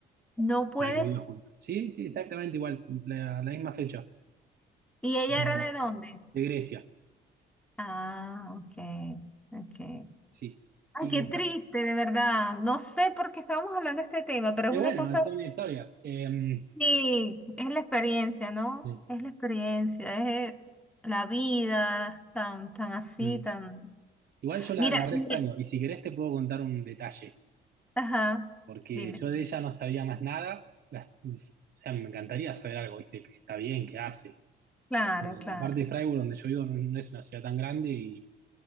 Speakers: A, in the centre; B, on the right.
A: No puede
B: la que vivimos
A: ser.
B: juntos. Sí, sí, exactamente igual, la, la misma fecha,
A: ¿Y ella
B: pero
A: era de dónde?
B: de Grecia,
A: Ah, ok, ok.
B: sí.
A: Ay,
B: Y,
A: qué triste, de verdad. No sé por qué estábamos hablando de este tema, pero es
B: y
A: una
B: bueno,
A: cosa,
B: son historias. Em,
A: sí, es la experiencia, ¿no?
B: mm,
A: Es la experiencia, es la vida, tan, tan así,
B: mm.
A: tan.
B: igual yo la,
A: Mira,
B: la re extraño,
A: y-
B: y si querés te puedo contar un detalle.
A: ajá,
B: porque
A: dime.
B: yo de ella no sabía más nada. Las- o sea, me encantaría saber algo, ¿viste? Que si está bien, qué hace.
A: Claro,
B: Y
A: claro,
B: aparte, Freiburg, donde yo vivo, no, no es una ciudad tan grande y